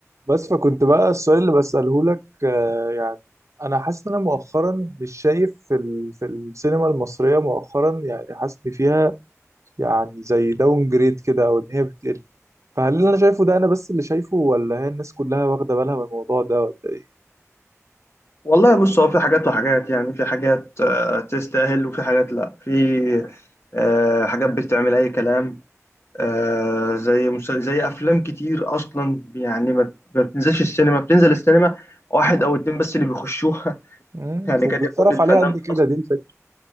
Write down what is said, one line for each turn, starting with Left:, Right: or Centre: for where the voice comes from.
Right: بس فكنت بقى السؤال اللي بسأله لك آه، يعني انا حاسس ان انا مؤخرا مش شايف في ال... في السينما المصرية مؤخرا يعني حاسس ان فيها يعني زي داون جريد كده او ان هي بتقل فهل اللي انا شايفه ده انا بس اللي شايفه ولا هي الناس كلها واخدة بالها من الموضوع ده ولا ايه؟
Left: والله بص هو في حاجات وحاجات يعني في حاجات آه، تستاهل وفي حاجات لا في آه، حاجات بتعمل اي كلام آه، زي مس- زي افلام كتير اصلا يعني ما ما بتنزلش السينما بتنزل السينما واحد او اتنين بس اللي بيخشوها <laughs>
Right: مم،
Left: يعني
Right: وبيتصرف
Left: قد يكون الفنان
Right: عليها قد
Left: ده
Right: كده
Left: اصلا
Right: دي الفكرة